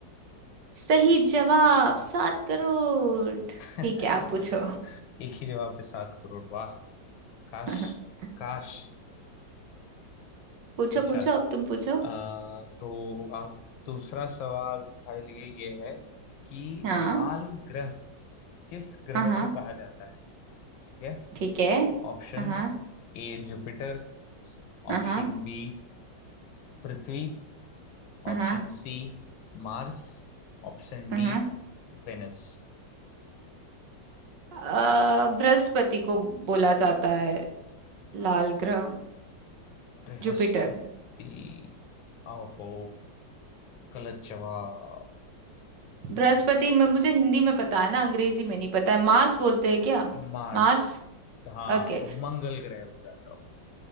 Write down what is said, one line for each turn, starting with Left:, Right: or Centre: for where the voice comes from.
Right: सही जवाब सात करोड़
Left: <laughs>
Right: ठीक है आप पूछो
Left: एक ही जवाब पे सात करोड़ वाह काश
Right: <laughs>
Left: काश
Right: पूछो
Left: अच्छा
Right: पूछो अब तुम पूछो
Left: आ, तो आ, दूसरा सवाल तुम्हारे लिए ये है कि
Right: हाँ
Left: लाल ग्रह किस ग्रह
Right: हाँ हाँ,
Left: को कहा जाता है ठीक है
Right: ठीक है
Left: Option
Right: हाँ
Left: A Jupiter
Right: हाँ
Left: Option
Right: हाँ
Left: B पृथ्वी Option
Right: हाँ
Left: C Mars Option
Right: हाँ
Left: D
Right: हाँ
Left: Venus
Right: अ, बृहस्पति को बोला जाता है लाल ग्रह
Left: बृहस्पति
Right: जुपिटर
Left: आहो गलत जवाब
Right: बृहस्पति में मुझे हिंदी में पता है ना अंग्रेजी में नहीं पता है मार्स बोलते हैं क्या
Left: मार्स
Right: Mars
Left: हाँ
Right: Okay
Left: तो मंगल ग्रह हो जाएगा वो।